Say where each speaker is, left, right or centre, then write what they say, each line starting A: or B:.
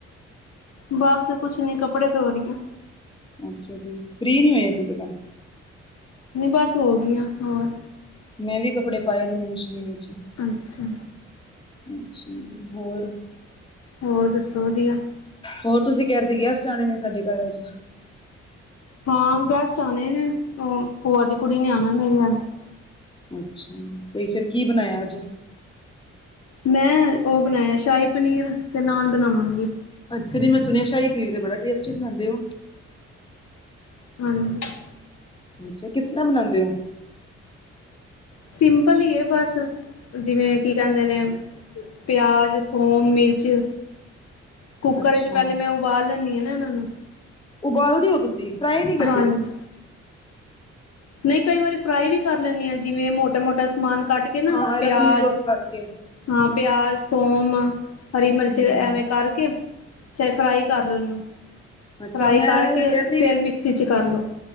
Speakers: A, on the left; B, on the left.
A: ਬਸ ਕੁਛ ਨੀ, ਕੱਪੜੇ ਧੋ ਰਹੀ ਆਂ
B: ਅੱਛਾ ਜੀ, ਫ੍ਰੀ ਨਹੀ ਹੋਏ ਹਜੇ ਟਿਕਨ।
A: ਨਹੀਂ ਬਸ ਹੋ ਗਈ ਆਂ, ਹੋਰ
B: ਮੈਂ ਵੀ ਕੱਪੜੇ ਪਾਏ ਨੇ, ਮਸ਼ੀਨ ਵਿੱਚ।
A: ਅੱਛਾ
B: ਅੱਛਾ ਹੋਰ
A: ਹੋਰ ਦੱਸੋ ਵਧੀਆ
B: ਹੋਰ ਤੁਸੀਂ ਕਹਿ ਰਹੇ ਸੀ, ਗੈਸਟ ਆਣੇ ਨੇ ਸਾਡੇ ਘਰ ਅਜ।
A: ਹਾਂ ਗੈਸਟ ਆਉਣੇ ਨੇ, ਉਹ ਭੂਆ ਦੀ ਕੁੜੀ ਨੇ ਆਉਣਾ ਮੇਰੀ ਅਜ।
B: ਅੱਛਾ ਤੇ ਫਿਰ, ਕੀ ਬਣਾਇਆ ਅੱਜ।
A: ਮੈਂ ਉਹ ਬਣਾਇਆ ਸ਼ਾਹੀ ਪਨੀਰ, ਤੇ ਨਾਨ ਬਣਾਵਾਂਗੀ।
B: ਅੱਛਾ ਜੀ, ਮੈਂ ਸੁਣਿਆ ਸ਼ਾਹੀ ਪਨੀਰ ਤੇ ਬੜਾ ਟੇਸਟੀ ਬਣਾਉਂਦੇ ਹੋ।
A: ਹਾਂਜੀ
B: ਅੱਛਾ, ਕਿਸ ਤਰ੍ਹਾਂ ਬਣਾਉਂਦੇ ਹੋ
A: ਸਿੰਪਲ ਹੀ ਬਸ, ਜਿਵੇਂ ਕੀ ਕਹਿੰਦੇ ਨੇ ਪਿਆਜ ਥੋਮ ਮਿਰਚ, ਕੁੱਕਰ
B: ਅੱਛਾ
A: ਵਿੱਚ ਪਹਿਲੇ ਮੈਂ ਉਬਾਲ ਲੈਂਦੀ ਹਾਂ ਨਾ, ਇਹਨਾਂ ਨੂੰ।
B: ਉਬਾਲਦੇ ਹੋ ਤੁਸੀਂ, ਫਰਾਈ ਨਹੀਂ ਕਰਦੇ
A: ਹਾਂਜੀ ਨਹੀਂ ਕਈ ਵਾਰੀ ਫਰਾਈ ਵੀ ਕਰ ਲੈਂਦੇ ਆਂ, ਜਿਵੇਂ ਮੋਟਾ ਮੋਟਾ ਸਮਾਨ ਕੱਟ ਕੇ ਨਾ,
B: ਹਾਂ
A: ਪਿਆਜ
B: ਰਫਲੀ ਚੋਪ ਕਰਕੇ
A: ਹਾਂ ਪਿਆਜ, ਥੋਮ, ਹਰੀ ਮਿਰਚ
B: ਹਮ
A: ਐਵੇਂ ਕਰਕੇ ਚਾਹੇ ਫਰਾਈ ਕਰ ਲਓ ਉਹਨੂੰ
B: ਅੱਛਾ
A: ਫਰਾਈ
B: ਮੈਂ
A: ਕਰਕੇ
B: ਵੈਸੇ
A: ਫੇਰ
B: ਵੀ
A: ਮਿਕਸੀ ਚ ਕਰ ਲੋ